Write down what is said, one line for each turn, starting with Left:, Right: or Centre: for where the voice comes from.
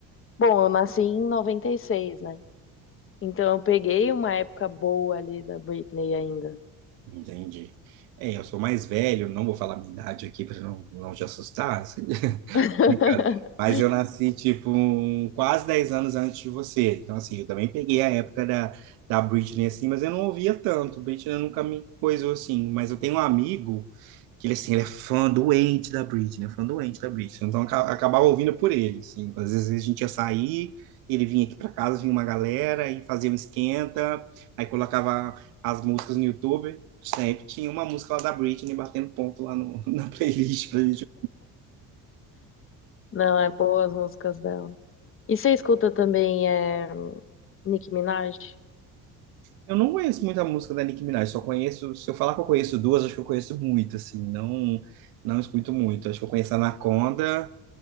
Left: bom, eu nasci em noventa e seis né? Então eu peguei uma época boa ali da Britney ainda.
Right: Entendi. É, eu sou mais velho, não vou falar minha idade aqui para não, não te assustar.
Left: <laughs>
Right: Brincadeira. Mas eu nasci, tipo, um- quase 10 anos antes de você. Então, assim, eu também peguei a época da, da Britney, assim, mas eu não ouvia tanto. Britney nunca me coisou, assim. Mas eu tenho um amigo que, ele, assim, ele é fã doente da Britney, né? fã doente da Britney. Então, eu aca- acabava ouvindo por ele, assim. Então, Às vezes a gente ia sair, ele vinha aqui para casa, vinha uma galera e fazia um esquenta. Aí colocava as músicas no YouTube. Sempre tinha uma música lá da Britney batendo ponto lá no, <laughs> na playlist pra gente
Left: Não, é boa as músicas dela. E você escuta também é, Nicki Minaj?
Right: Eu não conheço muita música da Nicki Minaj, só conheço, se eu falar que eu conheço duas, acho que eu conheço muito, assim, não não escuto muito. Acho que eu conheço Anaconda